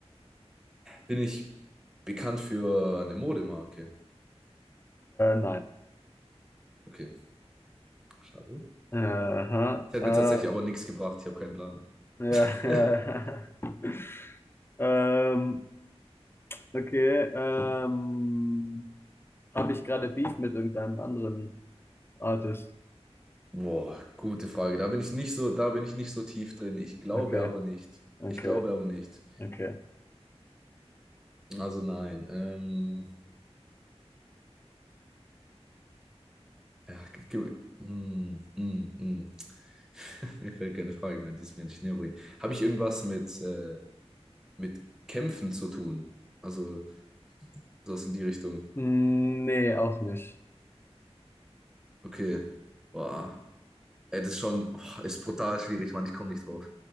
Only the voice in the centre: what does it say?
Bin ich bekannt für eine Modemarke?
Okay. Schade.
Das
hat mir tatsächlich aber nichts gebracht. Ich habe keinen Plan.
<laughs>
Boah, gute Frage. Da bin ich nicht so, da bin ich nicht so tief drin. Ich glaube
aber nicht.
Ich glaube aber nicht.
Also nein. Ähm, ja, ge- ge- mm, mm, mm. <laughs> Mir fällt keine Frage mehr, die es mir nicht näher bringt. Habe ich irgendwas mit, äh, mit Kämpfen zu tun? Also sowas in die Richtung.
Okay. Boah. Ey, das ist schon, oh, ist brutal schwierig, Mann. Ich komme nicht drauf.